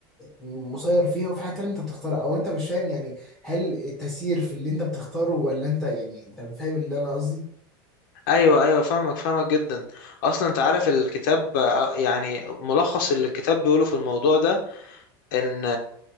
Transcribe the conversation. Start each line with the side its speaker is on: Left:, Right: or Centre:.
Centre: مسير فيها وفي حاجات تانية انت بتختارها او انت مش فاهم يعني هل التسيير في اللي انت بتختاره ولا انت يعني انت فاهم اللي انا قصدي
Left: ايوه ايوه فاهمك فاهمك جدا اصلا انت عارف الكتاب آه، يعني ملخص اللي الكتاب بيقوله في الموضوع ده إن